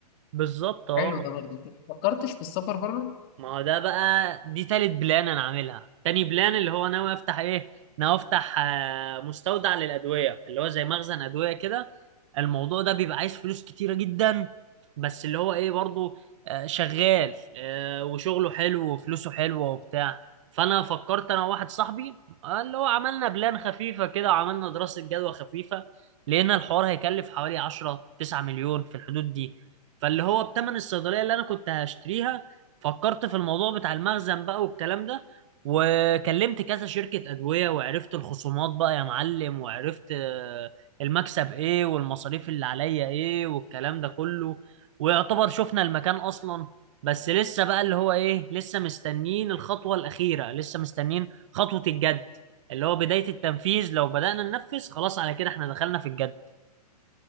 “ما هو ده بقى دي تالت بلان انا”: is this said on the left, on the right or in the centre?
Right